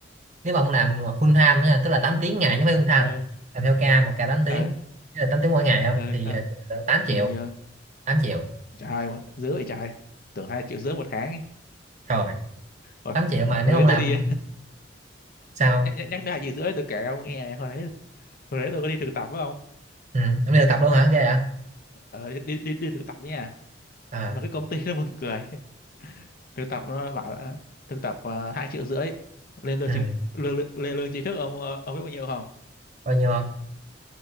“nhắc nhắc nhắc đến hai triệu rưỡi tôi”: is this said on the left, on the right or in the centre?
Left